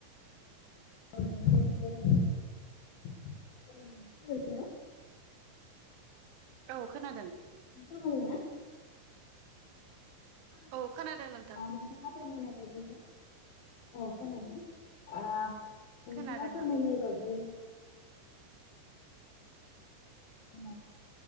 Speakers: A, on the left; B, on the right.
A: <inaudible>
B: औ खोनादों
A: <inaudible>
B: औ खोनादों नों
A: अ नोंथाङाथ' होनलांनाय बायदि, औ खोनादों आ नोंथाङा
B: खोनादों
A: फोरमायनाय
B: आं
A: बायदि <unintelligible>